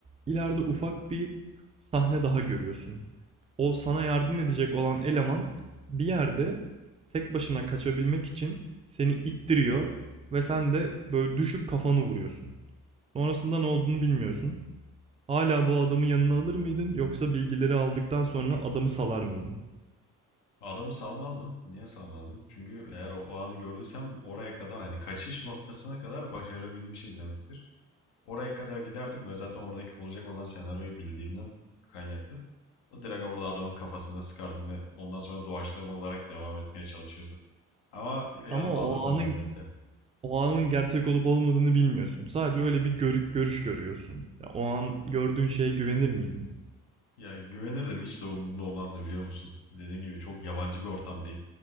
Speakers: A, on the right; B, on the left.
A: ileride ufak bir sahne daha görüyorsun. O sana yardım edecek olan eleman bir yerde tek başına kaçabilmek için seni ittiriyor ve sen de böyle düşüp kafanı vuruyorsun. Sonrasında ne olduğunu bilmiyorsun. Hala bu adamı yanına alır mıydın yoksa bilgileri aldıktan sonra adamı salar mıydın?
B: Adamı salmazdım. Niye salmazdım? Çünkü eğer o, o anı gördüysem oraya kadar hani kaçış noktasına kadar başarabilmişiz demektir. Oraya kadar giderdim ve zaten oradaki olacak olan senaryoyu bildiğimden kaynaklı. O direkt orada adamın kafasına sıkardım ve ondan sonra doğaçlama olarak devam etmeye çalışırdım. Ama yanıma
A: Ama o
B: alırdım
A: anın
B: elbette.
A: o anın gerçek olup olmadığını bilmiyorsun. Sadece öyle bir görü- görüş görüyorsun. Ya, o an gördüğün şeye güvenir miydin?
B: Ya güvenirdim hiç de umurumda olmazdı biliyor musun? Dediğim gibi çok yabancı bir ortamdayım.